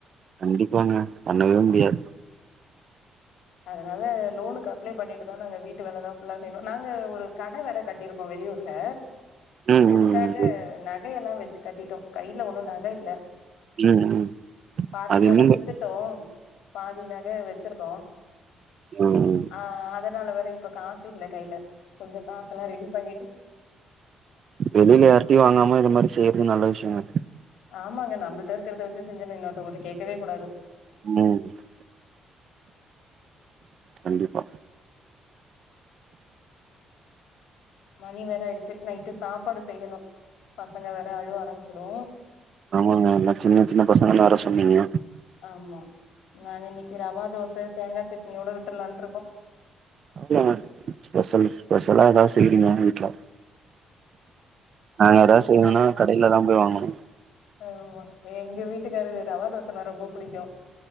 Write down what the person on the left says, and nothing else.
அதனால லோனுக்கு அப்ளே பண்ணிட்டு தா நாங்க வீட்டு வேல எல்லா ஃபுல்லா செய்யணு நாங்க ஒரு கட வேற கட்டிருக் க்கோ வெளியூர்ல
அதுக்காக
நகையெல்லா வெச்சு கட்டிட்டோ கையில ஒன்னு நகை இல்ல
பாதிக்கு
மேல
வித்துட்டோ பாதி நக வெச்சிருக்கோ
ஆ அதனால வேற இப்ப காசு இல்ல கையில கொஞ்சோ காசு எல்லா ரெடி பண்ணிட்டு
ஆமாங்க நம்பள்ட்ட இருக்கிறத வெச்சி செஞ்சிரனு இன்னொத்தவங்ககிட்ட கேக்கவே கூடாது
மணி வேற ஆயிடுச்சி நைட்டு சாப்பாடு செய்யணு பசங்க வேற அழுவ ஆரம்பிச்சிடு
ஆமா நாங்க இன்னைக்கு ரவா தோச தேங்கா சட்னி யோட விட்டுருலான்ட்டு இருக்கோ
அ
ஆமா எங்க வீட்டுக்காருக்கு ரவா தோசன்னா ரொம்ப புடிக்கு